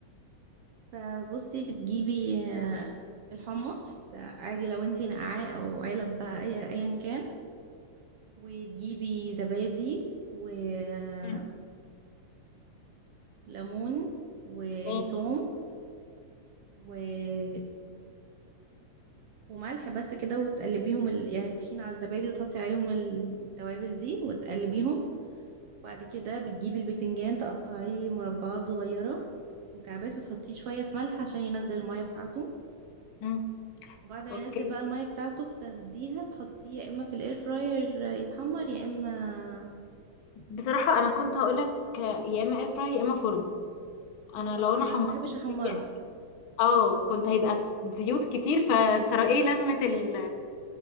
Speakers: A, on the right (about 70°); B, on the left (about 65°).
A: فبصي بتجيبي آه، الحمص آه، عادي لو انتي نقعاه او علب بقى أي- ايا كان وتجيبي زبادي وطحينة
B: مم.
A: ليمون وتوم
B: ماشي
A: و... وملح بس كده وتقلبيهم ال... يعني الطحينة على الزبادي وتحطي عليهم التوابل دي وتقلبيهم وبعد كده بتجيبي البتنجان تقطعيه مربعات صغيرة مكعبات وتحطيه شوية في ملح عشان ينزل المية بتاعته
B: مم.
A: وبعد ما
B: اوكي
A: ينزل بقى المية بتاعته بتاخديها تحطيه يا اما في الاير فراير يتحمر يا اما
B: بصراحة انا كنت هقولك آه، يا اما اير فراير يا اما فرن انا
A: اه
B: لو
A: ما
B: انا حمرت
A: انا بحبش
B: البتنجان
A: احمره
B: اه كنت هيبقى زيوت كتير فترى ايه لازمة ال